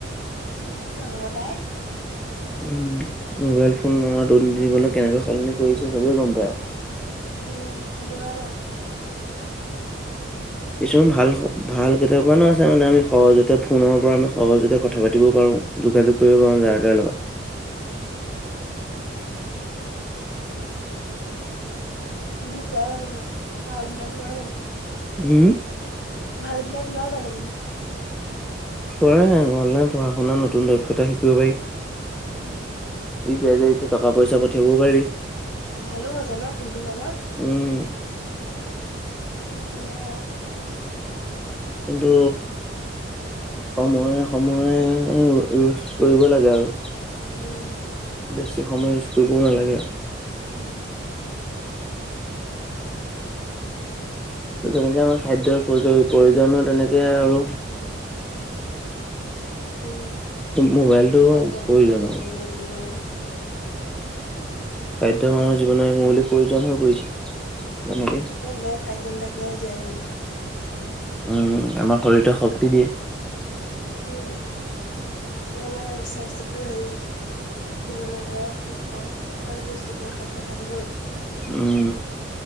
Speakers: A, on the left; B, in the centre.
A: উম, নহব পাই
B: উম, মোবাইল ফোন আমাৰ দুৰ্নীতি জীৱন কেনেকে সলনি কৰিছে ছবে গম পায় আও।
A: উম, সেইটো হয় বাও।
B: কিছুমান ভাল- ভাল কেটামানো আছে মানে আমি সহজতে ফোনৰ পৰা আমি সহজতে কথা পাতিব পাৰোঁ। যোগাযোগ কৰিব
A: উম,
B: পাওঁ জাৰ তাৰ লগত।
A: বি যোৱা জানো সেইবোৰ, ভাল বিলাক লোৱা জানো?
B: উম -হ
A: ভাল বিলাক লোৱা জানো বোলো
B: কৰে আৰু অনলাইন পঢ়া- শুনাত নতুন দক্ষতা শিকিব পাৰি।
A: উম
B: উপিয়াই যে টকা -পইচা পঠিয়াব পাৰি।
A: ভালো হৈছে ন' ফোনটো হোৱা পা
B: উম,
A: নহ'লে আও
B: কিন্তু সময়ে- সময়ে এইবোৰ ইউজ কৰিব লাগে আৰু
A: অহ
B: বেছি সময় ইউচ কৰিবও নালাগে আও।
A: উম
B: যেনেকে আমাৰ খাদ্যৰ প্ৰয়-প্ৰয়োজন তেনেকে আৰু
A: উম,
B: মোবাইলটো
A: খাদ্য নাথাকিলে
B: প্ৰয়োজনৰ
A: তেনেকে জীয়াই থাকিব নোৱাৰো।
B: খাদ্য মানুহৰ জীৱনৰ এক মৌলিক প্ৰয়োজন হৈ পৰিছে। তেনেকে
A: উম, তাকে তেনেকে খাইযেন থাকিলে জীয়াই থাকিব <unintelligible>
B: উম, আমাৰ শৰীৰতে শক্তি দিয়ে।
A: উম, এ আমাৰ স্বাস্থ্যটো হেৰি জীৱনৰ পৰা সক্ষম আৰু পুষ্টিকৰ খাদ্য খাই থাকিব লাগে।
B: উম